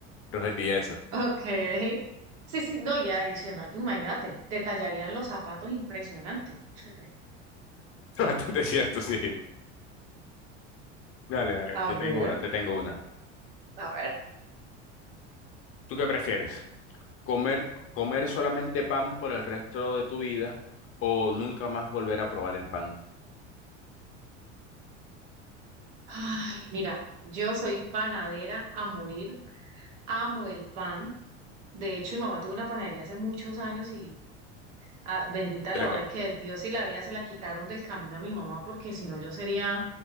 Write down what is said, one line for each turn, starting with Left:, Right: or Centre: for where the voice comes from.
Left: preferiría eso. <laughs>
Right: Ok. Sí, sí, no, y adicional, pues imagínate, te tallarían los zapatos impresionante. Sí.
Left: Es bastante cierto, sí. Dale, dale,
Right: A
Left: te
Right: ver,
Left: tengo una, te tengo una.
Right: a ver.
Left: ¿Tú qué prefieres? ¿Comer, comer solamente pan por el resto de tu vida o nunca más volver a probar el pan?
Right: Ay, mira, yo soy panadera a morir, amo el pan. De hecho, mi mamá tuvo una panadería hace muchos años y Ah, bendita
Left: Te
Right: la
Left: le,
Right: hora
Left: co-
Right: que Dios y la vida se la quitaron del camino a mi mamá, porque si no yo sería